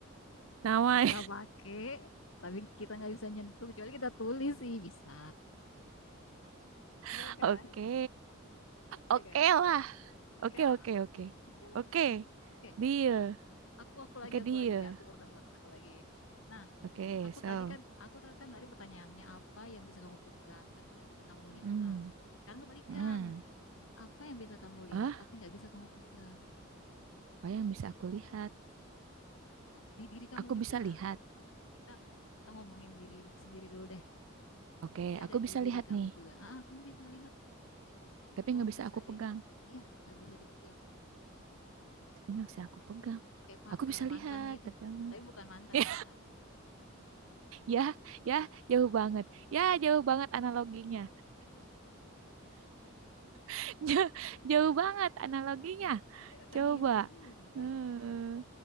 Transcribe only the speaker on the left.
kita pakai, tapi kita nggak bisa nyentuh kecuali kita tulis sih bisa. Iya
kan?
Iya
kan?
Oke
lah,
oke lah.
Oke,
aku aku lagi,
aku lagi, aku pernah buat aku lagi. Nah,
aku
tadi kan, aku ta- kan tadi pertanyaannya apa yang bisa kamu pegang tapi nggak bisa kamu lihat.
Sekarang kebalikan,
apa yang bisa kamu
lihat tapi nggak bisa kamu pegang
di diri kamu
juga.
Kita kita ngomongin diri sendiri dulu deh.
dia
ada
di diri
kamu
juga ah ah, kamu bisa lihat
kamu
bisa
lihat
iya nggak bisa dipegang
kayak pak
kayak
mantan
gitu
tapi
bukan mantan
ya
iya kan
gitu juga